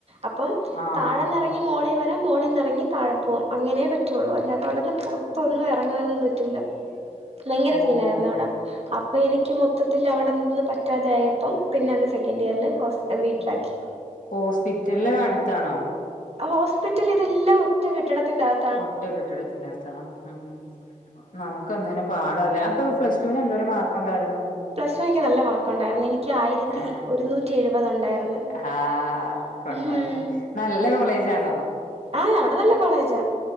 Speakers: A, on the right (about 45°); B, on the left (about 70°).
A: അപ്പം
B: ആഹ്
A: താഴെന്നിറ നി മേളീ വെരാം മോളിന്നിറങ്ങി താഴെ പോവും അങ്ങനെ പറ്റെള്ളൂ അല്ലാതെ അവിടുന്ന് പുറത്തൊന്നും എറങ്ങാനൊന്നും പറ്റ് റ്റൂല ഭയങ്കര
B: ഓഹ്
A: സീനായിരുന്നു അവടെ അപ്പൊ എനിക്ക് <unintelligible> മൊത്തത്തില് അവിടെ നിന്ന് പറ്റാതായപ്പം പിന്നെങ്ങ് സെക്കന്റിയറില് ഹോസ് വീട്ടിലാക്കി
B: ഹോസ്പിറ്റല് അടുത്താണോ.
A: ഹോസ്പിറ്റല് ഇതെല്ലാ ഒറ്റ കെട്ടിടത്തിന്റാത്.
B: ഒറ്റ കെട്ടിടത്തിന്റെ അകത്താ ഉം. നമുക്ക് എന്തേരം പാടല്ലെ. അപ്പൊ പ്ലസ്ടുന് എന്തേരം മാർക്കുണ്ടായിരുന്നു.
A: പ്ലസ്ടു നിക്ക് നല്ല മാർക്കുണ്ടായിരുന്നു നിക് ക്ക് ആ യിരത്തി
B: ഏഹ്
A: ഒരുന്നൂറ്റി എഴുപത് ഉണ്ടായിരുന്നു,
B: ആഹ് ഹാ കൊള്ളാം
A: ഹും.
B: നല്ല കോളേജാണോ?
A: ആഹ് അവിടെ നല്ല കോളേജാ.